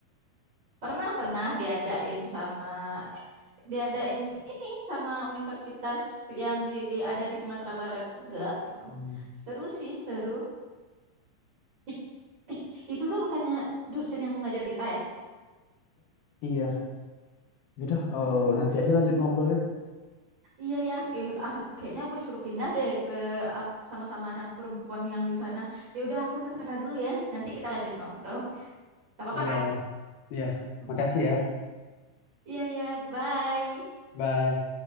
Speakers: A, on the right (about 30°); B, on the left (about 75°).
A: Pernah, pernah diadain sama, diadain ini sama universitas yang di, ada di Sumatera Barat juga gitu.
B: Hmm,
A: Seru sih, seru. <laughs> Eh, Itu tuh bukannya dosen yang mengajar kita ya?
B: iya udah oh
A: Mm,
B: nanti
A: mm,
B: aja lanjut ngobrolnya
A: Iya ya, eh, ah, kayaknya aku disuruh pindah deh ke ap- sama-sama anak perempuan yang di sana. Ya udah aku ke sana dulu ya. Nanti kita lanjut ngobrol. Gak apa-apa
B: iya
A: kan?
B: iya
A: Mm.
B: makasih ya
A: Iya ya, bye.
B: bye